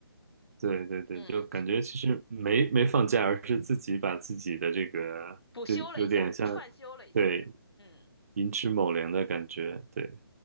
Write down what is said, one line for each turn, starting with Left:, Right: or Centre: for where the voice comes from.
Right: 对对对，
Left: 嗯，
Right: 就感觉其实没没放假，而是自己把自己的这个，
Left: 补休了一下，
Right: 就有点像，
Left: 串休了一下，
Right: 对，
Left: 嗯。
Right: 寅吃卯粮的感觉。对，